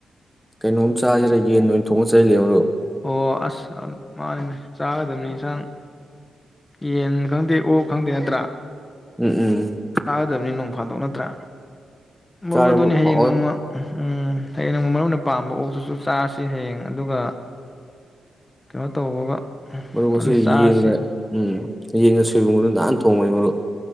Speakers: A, in the centre; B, on the left (about 15°).
A: ꯀꯩꯅꯣꯝ ꯆꯥꯁꯤꯗ ꯌꯦꯟ ꯑꯣꯏꯅ ꯊꯣꯡꯉ ꯆꯩꯂꯩꯍꯧꯔꯣ
B: ꯑꯣ ꯑꯁ ꯃꯥꯅꯤꯅꯦ ꯆꯥꯒꯗꯕꯅꯤ ꯌꯦꯟꯁꯥꯡ ꯌꯦꯟ ꯈꯪꯗꯦ ꯑꯣꯛ ꯈꯪꯗꯦ ꯅꯠꯇ꯭ꯔꯥ
A: ꯎꯝ ꯎꯝ ꯎꯝ
B: <unintelligible> ꯅꯣꯡ ꯐꯥꯗꯣꯛ ꯅꯠꯇ꯭ꯔꯥ ꯃꯔꯨꯞ
A: ꯆꯥꯔꯦ
B: ꯑꯗꯨꯅꯤ ꯍꯌꯦꯡ
A: ꯍꯥꯎꯋꯦ
B: ꯅꯣꯡꯃ ꯎꯝ ꯍꯌꯦꯡꯅꯣꯡꯃ ꯃꯔꯨꯞꯅ ꯄꯥꯝꯕ ꯑꯣꯛꯇꯨꯁꯨ ꯆꯥꯔꯁꯤ ꯍꯌꯦꯡ ꯑꯗꯨꯒ ꯀꯩꯅꯣ ꯇꯧꯕꯒ
A: ꯃꯔꯨ ꯉꯁꯤ
B: ꯐꯖꯅ ꯆꯥꯔꯁꯤ
A: ꯌꯦꯟꯒ ꯎꯝ ꯌꯦꯡꯉꯁꯤ ꯁꯣꯢꯕꯨꯝꯒꯗꯨ ꯅꯥꯟ ꯊꯣꯡꯕꯅꯤ ꯃꯔꯨꯞ꯫